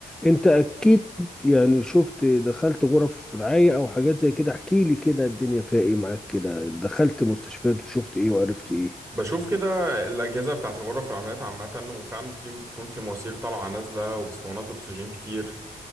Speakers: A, in the centre; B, on the right.
A: أنت أكيد يعني شفت دخلت غرف رعاية أو حاجات زي كده احكي لي كده الدنيا فيها إيه معاك كده دخلت مستشفيات وشفت إيه وعرفت إيه
B: بشوف كده الأجهزة بتاعة الغرف العمليات عامة وفعلا في بتكون في مواسير طالعة نازلة واسطوانات أكسجين كتير